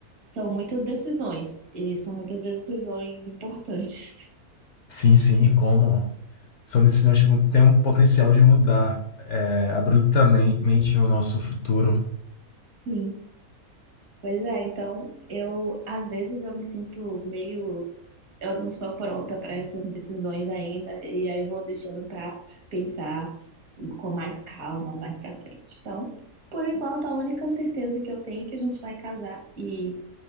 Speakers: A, on the right; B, on the left.
A: São muitas decisões, e são muitas decisões importantes.
B: Sim, sim, e como? São decisões que vão- têm um potencial de mudar é, abruptamente o nosso futuro.
A: <laughs> Sim. Pois é, então eu às vezes eu me sinto meio eu não estou pronta para essas decisões ainda e aí eu vou deixando para pensar com mais calma mais para frente. Então, por enquanto a única certeza que eu tenho é que a gente vai casar e